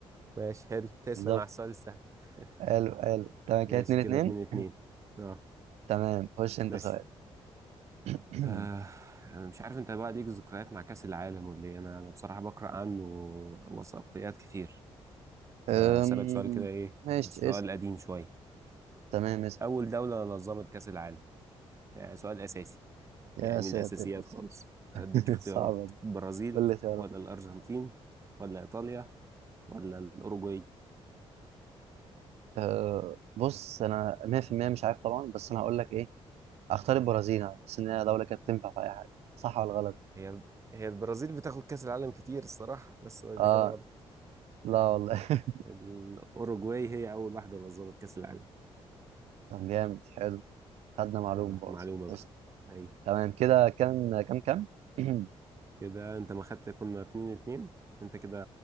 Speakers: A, on the right; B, on the right.
A: ماشي حلو تسلم
B: بالظبط
A: على السؤال السهل <laughs>
B: حلو حلو تمام كده
A: ماشي
B: اتنين
A: كده
B: اتنين
A: اتنين اتنين
B: <clears throat>
A: اه
B: تمام خش انت
A: ماشي
B: سؤال <clears throat>
A: آه. أنا مش عارف انت بقى ليك ذكريات مع كأس العالم ولا ايه انا أنا بصراحة بقرأ عنه وثائقيات كتير فأسألك
B: أم...
A: سؤال كده ايه
B: ماشي
A: هو سؤال
B: اسأل
A: قديم شوية
B: تمام اسأل
A: أول دولة نظمت كأس العالم يعني سؤال أساسي
B: يا
A: يعني من
B: ساتر
A: الأساسيات
B: يا ساتر
A: خالص هديك
B: <laughs>
A: اختيارات
B: صعبة دي
A: برازيل
B: قول لي اختيارات
A: ولا الأرجنتين ولا إيطاليا ولا الأوروجواي
B: أه... بص انا 100% مش عارف طبعا بس انا هقول لك ايه اختار البرازيل انا بحس ان هي دوله كانت تنفع في اي حاجه صح ولا غلط
A: هي هي البرازيل بتاخد كأس العالم كتير الصراحة بس الإجابة
B: اه
A: غلط
B: لا
A: <laughs>
B: والله
A: الأوروجواي هي أول واحدة نظمت كأس العالم
B: <laughs> طب جامد حلو خدنا معلومه
A: آه
B: برضه
A: معلومة بقى
B: قشطة.
A: أيوه
B: تمام كده كام كام كام <clears throat>
A: كده أنت ما خدت كنا اتنين اتنين أنت كده